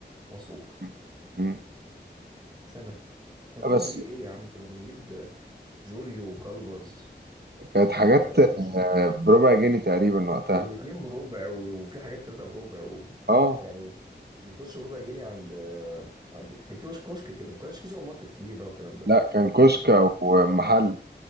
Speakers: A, on the right; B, on the right.
A: مصروف
B: مم. مم.
A: سنة احنا كنا
B: بس
A: بنجيب ايه يا عم كنا بنجيب جوليو وكلبز
B: كانت حاجات
A: آه،
B: آه، بربع جنيه تقريبا وقتها
A: الاتنين بربع و- وفي حاجات تلاتة بربع و...
B: اه
A: يعني كنت تخش بربع جنيه عند آه، عند في كيوش كشك كده ما كانش في سوبر ماركت كبير بقى والكلام ده
B: لا كان كشك
A: يعني
B: او محل